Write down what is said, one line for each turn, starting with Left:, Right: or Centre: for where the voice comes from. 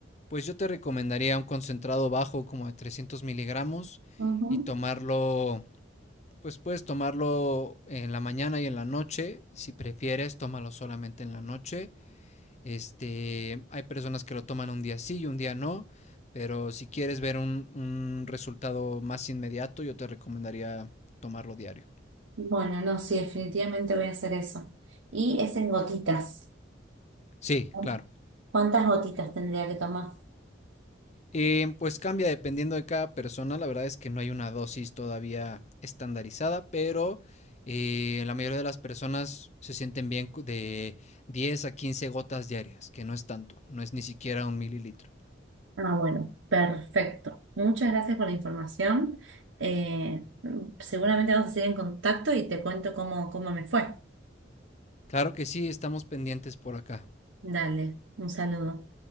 Left: pues yo te recomendaría un concentrado bajo como de trescientos miligramos
Right: Ujú.
Left: y tomarlo, pues puedes tomarlo en la mañana y en la noche, si prefieres, tómalo solamente en la noche Este, hay personas que lo toman un día sí y un día no, pero si quieres ver un, un resultado más inmediato, yo te recomendaría tomarlo diario.
Right: Bueno, no, sí, definitivamente voy a hacer eso. Y es en gotitas.
Left: Sí,
Right: ¿No?
Left: claro.
Right: ¿Cuántas gotitas tendría que tomar?
Left: Eh, pues cambia dependiendo de cada persona. La verdad es que no hay una dosis todavía estandarizada, pero eh, la mayoría de las personas se sienten bien de 10 a 15 gotas diarias, que no es tanto, no es ni siquiera un mililitro.
Right: Ah, bueno, perfecto. Muchas gracias por la información. Eh, seguramente vamos a seguir en contacto y te cuento cómo, cómo me fue.
Left: Claro que sí, estamos pendientes por acá.
Right: Dale, un saludo.